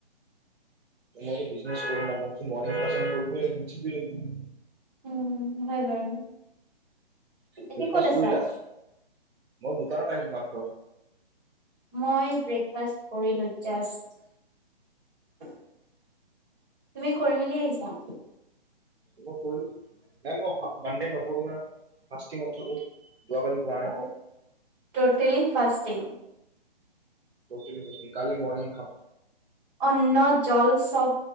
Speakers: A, on the right; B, on the right.
A: মই বিজনেছ কৰো ন মোক চোন মৰনিং <unintelligible> কৰিব এ লাগিব উঠিবয়ে লাগিব।
B: উম। হয় বাৰু এতিয়া
A: ব্ৰেকফাষ্ট
B: ক'ত আছা?
A: কৰিলা? মই দোকানত আহিলো মাত্ৰ।
B: মই ব্ৰেকফাষ্ট কৰিলো জাসট তুমি কৰি মেলি আহিছা?
A: ময় কৰিলো নাই মই মনদে নকৰো ন ফাস্টিংত থাকো। যোৱাকালি খোৱা নাই
B: ও টোটেলি ফাস্টিং।
A: <unintelligible> কালি মৰনিং খান।
B: অন্ন জল চব